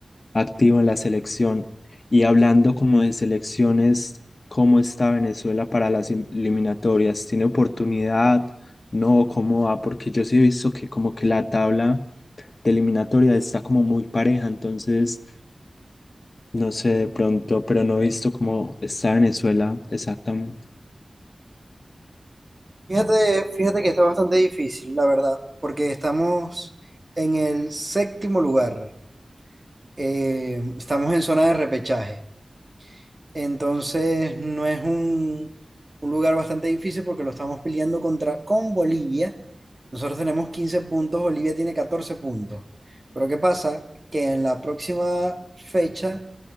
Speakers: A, on the left; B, on the right.
A: activo en la selección. Y hablando como de selecciones, ¿cómo está Venezuela para las im- eliminatorias? ¿Tiene oportunidad? No, ¿cómo va? Porque yo sí he visto que como que la tabla de eliminatoria está como muy pareja, entonces no sé de pronto, pero no he visto cómo está Venezuela exactamente.
B: Fíjate, fíjate que está bastante difícil, la verdad, porque estamos en el séptimo lugar. Eh, estamos en zona de repechaje. Entonces, no es un, un lugar bastante difícil porque lo estamos peleando contra, con Bolivia. Nosotros tenemos 15 puntos, Bolivia tiene 14 puntos. Pero ¿qué pasa? Que en la próxima fecha